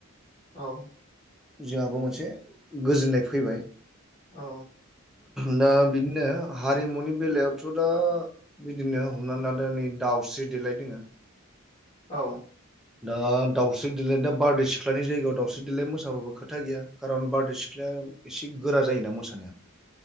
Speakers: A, on the left; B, in the centre.
A: औ
B: जोंहाबो मोनसे गोजोननाय फैबाय।
A: औ।
B: दा बिदिनो हारिमुनि बेलायावथ' दा बिदिनो हमनानै लादो नै दावस्रि देलाइ दोङो।
A: औ।
B: दा दावस्रि देलाय दा बारदै सिख्लानि जायगायाव दावउस्रि देलाइ मोसाबाबो खोथा गैया कारन बारदै सिख्लाया एसे गोरा जायोना मोसानाया